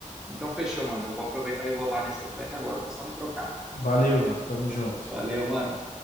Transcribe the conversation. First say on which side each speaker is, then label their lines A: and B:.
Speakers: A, in the centre; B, on the left (about 80°).
A: Então fechou, mano. Eu vou aproveitar e vou lá nesse Outback agora. Vou só me trocar.
B: Valeu, mano. Tamo junto.
A: Valeu, mano.